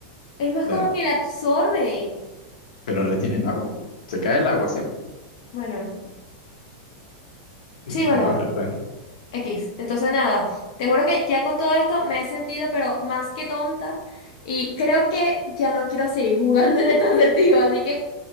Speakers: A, on the left (about 60°); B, on the left (about 80°).
A: Es más
B: La...
A: como que la absorbe.
B: Pero retiene el agua. Se cae el agua siempre.
A: Bueno,
B: <laughs>
A: sí, bueno.
B: No, ¿verdad?
A: X. Entonces, nada, te juro que ya con todo esto me he sentido, pero más que tonta. Y creo que ya no quiero seguir jugando en este acertijo. Así que